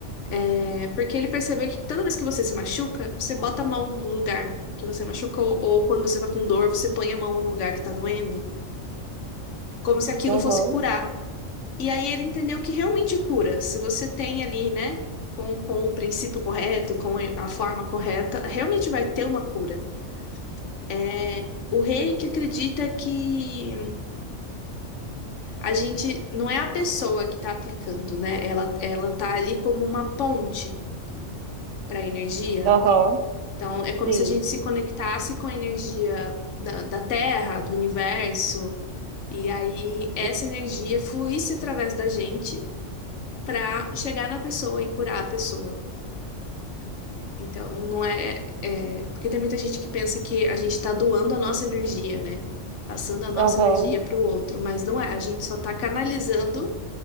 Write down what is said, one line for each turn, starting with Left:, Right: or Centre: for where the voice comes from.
Left: é, porque ele percebeu que toda vez que você se machuca, você bota a mão no lugar que você machucou, ou quando você tá com dor, você põe a mão no lugar que tá doendo, como se aquilo
Right: Aham,
Left: fosse curar. E aí ele entendeu que realmente cura. Se você tem ali, né, com, com o princípio correto, com a forma correta, realmente vai ter uma cura. É o rei que acredita que a gente não é a pessoa que está aplicando, né? Ela, ela tá ali como uma ponte para a energia.
Right: aham,
Left: Então é como
Right: sim,
Left: se a gente se conectasse com a energia da, da Terra, do universo, e aí essa
Right: sim,
Left: energia fluísse através da gente para chegar na pessoa e curar a pessoa. Então, não é, é- Porque tem muita gente que pensa que a gente está doando a nossa energia, né? Passando a nossa
Right: aham.
Left: energia para o outro, mas não é. A gente só está canalizando